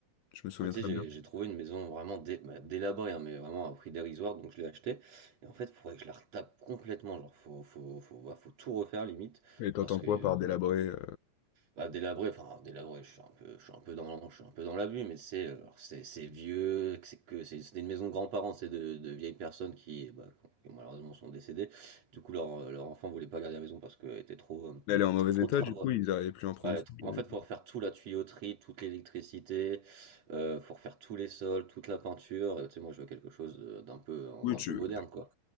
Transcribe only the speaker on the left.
je me souviens
très
bien.
Et t'entends
quoi
par délabré? euh,
Elle est en mauvais
état,
du coup, ils arrivaient plus à en prendre
soin,
la maison.
Oui,
tu...